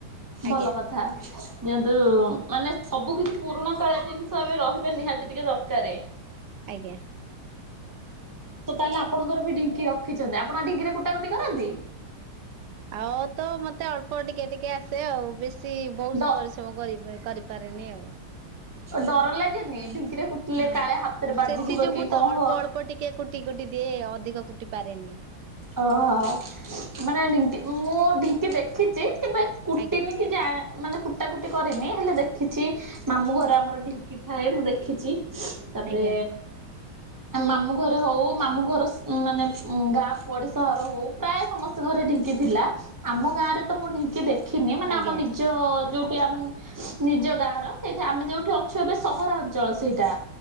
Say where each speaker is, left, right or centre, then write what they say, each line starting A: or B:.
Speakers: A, on the right (about 75°); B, on the right (about 25°).
A: ଆଜ୍ଞା
B: ଭଲ କଥା ଯେହନ୍ତୁ ମାନେ ସବୁ କିଛି ପୁରୁଣା କାଳା ଜିନିଷ ଏବେ ରହିବା ନିହାତି ଟିକେ ଦରକାର।
A: ଆଜ୍ଞା।
B: ତ ତାହେଲେ ଆପଣଙ୍କର ବି ଢିଙ୍କି ରଖିଛନ୍ତି ଆପଣ ଢିଙ୍କିରେ କୁଟା କୁଟି କରନ୍ତି।
A: ଆଉ ତ ମତେ ଅଳ୍ପ ଟିକେ ଟିକେ ଆସେ ଆଉ ବେଶୀ ବହୁତ
B: ଡ
A: ପରିଶ୍ରମ କରି କରିପାରେନି ଆଉ।
B: ଡର ଲାଗେନି ଏଠି? ଚକିରେ କୁଟିଲେ
A: ହଁ
B: କାଳେ ହାତରେ ବାଜିଯିବ
A: ସେଥି ଯୋଗୁ
B: କି
A: ତ
B: କଣ
A: ଅଳ୍ପ
B: ହବ?
A: ଅଳ୍ପ ଟିକେ କୁଟି କୁଟି ଦିଏ ଅଧିକ କୁଟି ପାରେନି।
B: ଅହ ମାନେ ମୁଁ ଢିଙ୍କ କି ଦେଖିଛି, କେବେ କୁଟିନି
A: ଆଜ୍ଞା
B: କି ଯା ମାନେ କୁଟା କୁଟି କରିନି ହେଲେ ଦେଖ ଦେଖିଛି ମାମୁଁ ଘରେ ଆମର ଢିଙ୍କି ଥାଏ, ମୁଁ ଦେଖିଛି। ତାପରେ
A: ଆଜ୍ଞା।
B: ମାମୁଁ ଘରେ ହଉ ମାମୁଁ ଘର ମାନେ ଗାଁଆ ପଡିଶାର ହଉ ପ୍ରାୟ ସମସ୍ତେ ଘରେ ଢିଙ୍କି ଥିଲା। ଆମ ଗାଁ ରେ ତ ମୋ ଢିଙ୍କି କି ଦେଖିନି, ମାନେ
A: ଆଜ୍ଞା
B: ଆମ ନିଜ ଯୋଉଠି ଆମ ନିଜ ଗାଁର ସେଇଠି ଆମେ ଯୋଉଠି ଅଛୁ ଏବେ ସହରାଞ୍ଚଳ ସେଇଟା।